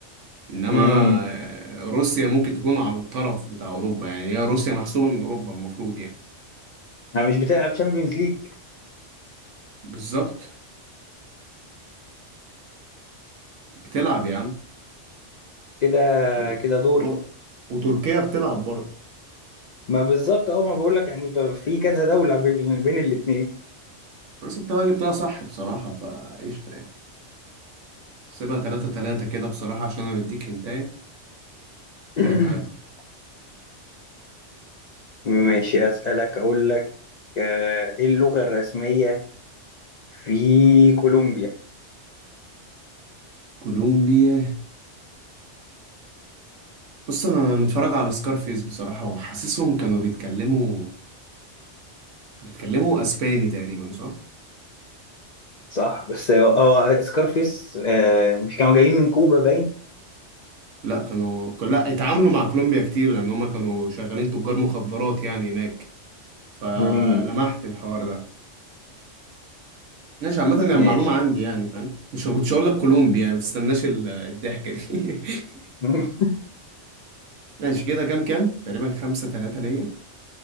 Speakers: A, on the right; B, on the left.
A: انما
B: امم
A: آه، روسيا ممكن تكون على الطرف بتاع اوروبا يعني هي روسيا محسوبة من اوروبا المفروض يعني
B: انا مش بتلعب تشامبيونز ليج
A: بالظبط بتلعب يا عم
B: كده
A: و...
B: كده دوري
A: و... وتركيا بتلعب برضه
B: ما بالظبط اه ما بقول لك يعني ب- في كذا دولة بين بين الاتنين
A: بس انت بقى جبتها صح بصراحة فقشطة يعني سيبها تلاتة تلاتة كده بصراحة عشان انا مديك هنتاية
B: <clears throat>
A: كده تعادل
B: ماشي أسألك أقول لك آه، إيه اللغة الرسمية في كولومبيا؟
A: كولومبيا بص انا متفرج على سكارفيس بصراحة وحاسسهم كانوا بيتكلموا كانوا بيتكلموا اسباني تقريبا صح؟
B: صح بس هو هو سكارفيس آه، مش كانوا جايين من كوبا باين
A: لا كانوا لا اتعاملوا مع كولومبيا كتير لان هم كانوا شغالين تجار مخدرات يعني هناك فلمحت
B: مم،
A: الحوار ده ماشي عامة يعني
B: ماشي
A: معلومة عندي يعني فاهم مش كنتش هقول لك كولومبي يعني ما تستناش ال- الضحكة دي <laughs>
B: <laughs>
A: ماشي كده كام كام تقريبا خمسة تلاتة ليا